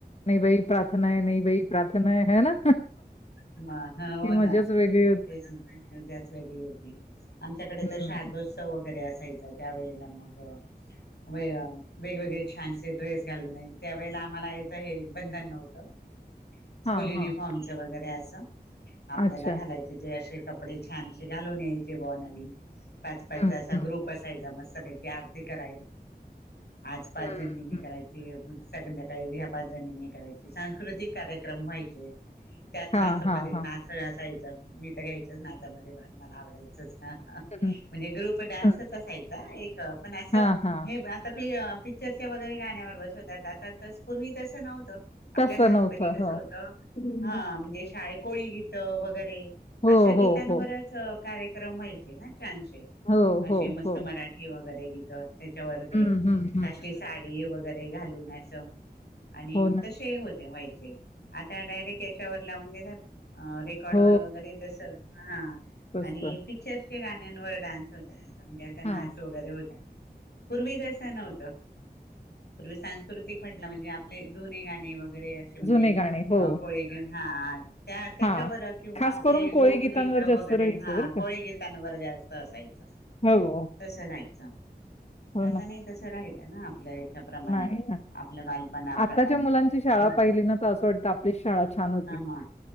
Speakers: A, on the left (about 40°); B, on the left (about 80°).
A: नाही बाई प्रार्थना आहे, नाही बाई प्रार्थना आहे हाय ना?
B: मी ह हो
A: ती मजाच
B: ना.
A: वेगळी
B: तेच होती मज्जाच वेगळी होती. आमच्याकडे
A: हं,
B: तर शारदोत्सव वगैरे असाय यचा. त्यावेळेला मग व वेगवेगळे छानसे ड्रेस घालून आणि त्यावेळेला आम्हाला इथं हे बंधन नव्हतं.
A: हां,
B: स्कूल युनिफॉर्मचे
A: हां.
B: वगैरे असं आपल्याला
A: अच्छा.
B: घालायचे ते असे कपडे छानसे घालून यायचे बुवा नवीन. पाच पाचचा
A: हं,
B: असा
A: हं,
B: ग्रुप असायचा मस्त. <unintelligible> आरती कराय. आज पाच
A: हं,
B: जणींनी
A: हं.
B: करायची. उ संध्याकाळीबी ह्या पाच जणींनी करायची. सांस्कृतिक कार्यक्रम व्हायचे. त्यात नाच
A: हां, हां,
B: मध्ये नाचण्यास
A: हां.
B: जायचं. मी तर घ्यायचेच नाचामध्ये भाग, मला आवडायचं.
A: हं,
B: म्हणजे ग्रुप डान्सच
A: हं.
B: असायचा. एक पण असं
A: हां, हां.
B: हे <unintelligible> ते पिक्चरच्या वगैरे गाण्यावर बसवतात. आता तस पूर्वी तसं नव्हतं. आपल्या
A: तसं
B: लहानपणी
A: नव्हतं.
B: कसं
A: हो.
B: होतं
A: हो.
B: हा म्हणजे कोळी गीतं, वगैरे.
A: हो,
B: अशा गीतांवरच
A: हो, हो.
B: कार्य क्रम व्हायचे ना. छानशे
A: हो,
B: असे
A: हो,
B: मस्त
A: हो.
B: मराठी वगैरे. गीत त्याच्यावर ते
A: हं, हं, हं.
B: काष्टी साडी वगैरे ते घालून असं. आणि
A: हो ना.
B: तसे हे होते व्हाईट. ते. आता डायरेक्ट याच्यावर लावून त्याचा अ रेकॉर्ड
A: हो,
B: वर वगैरे तसं हां.
A: तसं.
B: आणि पिक्चर त्या गाण्यांवर डान्स होता म्हणजे आता
A: हां,
B: नाच वगैरे होत्या. पूर्वी तसं नव्हतं पूर्वी सांस्कृतिक म्हटलं म्हणजे आपले जुने गाणे व र असे म्हणजे
A: जुने गाणे. हो.
B: कोळे हा त्या त्याच्यावर
A: हां.
B: किंवा
A: खास
B: आपले
A: करून
B: लोकगीत
A: कोळी गीतांवर
B: <unintelligible>
A: जास्त
B: वगैरे
A: राहायचं
B: हा
A: बरं
B: कोळी
A: का.
B: गीतांवर जास्त असायचं
A: हो,
B: तस राहायचं
A: हो
B: आता
A: ना.
B: नाही तसं राहिल. ना आपल्या याच्याप्रमाणे
A: नाही ना
B: आपल्या बालपणाप्रमाणे
A: आताच्या मुलांची शाळा
B: आणि
A: पाहिली ना तर असं वाटत आपलीच शाळा छान होती.
B: हा म